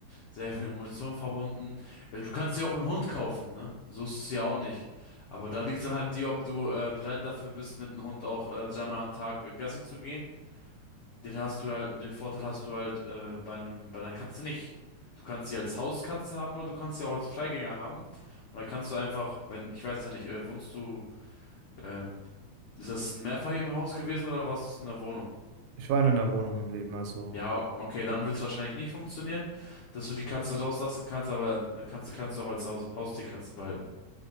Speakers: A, on the left; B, on the right.
A: sehr viel Emotion verbunden. Äh, du kannst dir auch einen Hund kaufen, ne? So ist es ja auch nicht. Aber da liegt dann halt die, ob du äh, bereit dafür bist, mit einem Hund auch äh, dreimal am Tag äh, Gassi zu gehen. Den hast du halt, den Vorteil hast du halt äh, bei einem, bei deiner Katze nicht. Du kannst sie als Hauskatze haben oder du kannst sie auch als Freigänger haben. Und da kannst du einfach, wenn, ich weiß ja nicht, äh, wohnst du, ähm, ist das ein Mehrfamilienhaus gewesen oder warst du in einer Wohnung?
B: ich war in einer Wohnung im Leben, also.
A: Ja, okay, dann wird es wahrscheinlich nicht funktionieren, dass du die Katze rauslassen kannst, aber eine Katze kannst du auch als Haus Haustierkatze behalten.